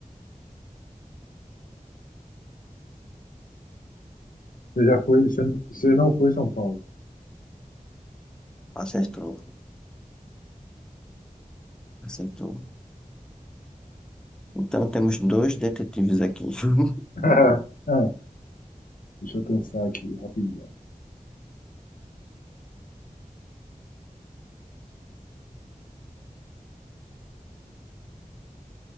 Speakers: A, on the left; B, in the centre.
A: você já foi, você, não- você não foi em São Paulo.
B: Acertou, acertou. Então temos dois detetives aqui. <laughs>
A: <laughs> Ah, Deixa eu pensar aqui rapidinho.